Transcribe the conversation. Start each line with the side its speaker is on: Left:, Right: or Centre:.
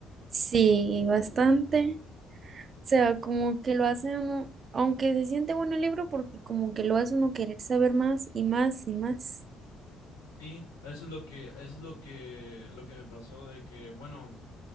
Right: sí, bastante. O sea, como que lo hace uno, aunque se siente bueno el libro, porque como que lo hace uno querer saber más y más y más.
Left: Sí, eso es lo que, eso es lo que, lo que me pasó de que, bueno,